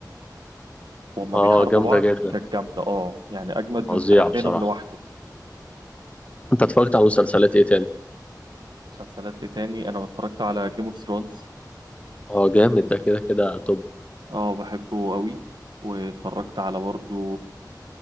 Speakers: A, on the right; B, on the left.
A: وهما
B: اه
A: بيحاربوا
B: جامدة
A: بعض
B: جدا
A: كانت جامدة اه يعني أجمد
B: فظيعة
A: من بتاعت فينوم
B: بصراحة
A: لوحده
B: انت اتفرجت على مسلسلات ايه تاني؟
A: مسلسلات إيه تاني أنا اتفرجت على جيم اوف ثرونز
B: اه جامد ده كده كده توب
A: اه بحبه قوي واتفرجت على برضو